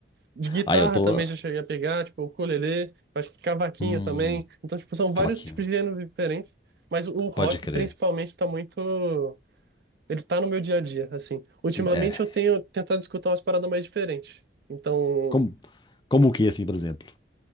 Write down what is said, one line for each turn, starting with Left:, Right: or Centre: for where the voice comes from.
Right: De guitarra
Left: Aí eu tô.
Right: também já cheguei a pegar, tipo, ukulele, acho que cavaquinho
Left: Hum,
Right: também. Então, tipo, são vários
Left: cavaquinho.
Right: tipos de gêneros diferentes, mas o rock
Left: Pode crer.
Right: principalmente tá muito ele tá no meu dia a dia, assim. Ultimamente
Left: É.
Right: eu tenho tentado escutar umas paradas mais diferentes. Então,
Left: Como, como o que, assim, por exemplo?